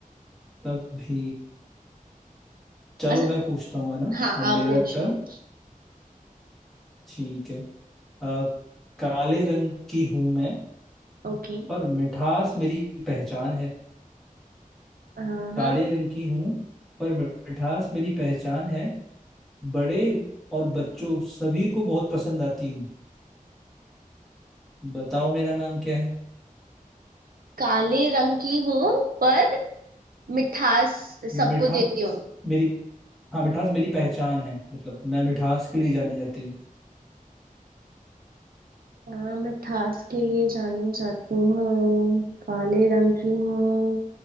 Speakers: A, in the centre; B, on the right.
A: तभी चलो
B: अच्छा
A: मैं पूछता हूँ है ना
B: हाँ
A: अब मेरा
B: आप पूछ
A: टर्न
B: लो
A: ठीक है अ, काले रंग की हूं मैं
B: ओके
A: पर मिठास मेरी पहचान है
B: हाँ
A: काले रंग की हूं पर मिठास मेरी पहचान है बड़े और बच्चों सभी को बहुत पसंद आती हूँ बताओ मेरा नाम क्या है
B: काले रंग की हूँ पर मिठास सबको
A: मिठास
B: देती हूँ
A: मेरी हाँ मिठास मेरी पहचान है मतलब मैं मिठास के लिए जानी जाती हूँ
B: हाँ मैं थास के लिए जानी जाती हूँ काले रंग की हूँ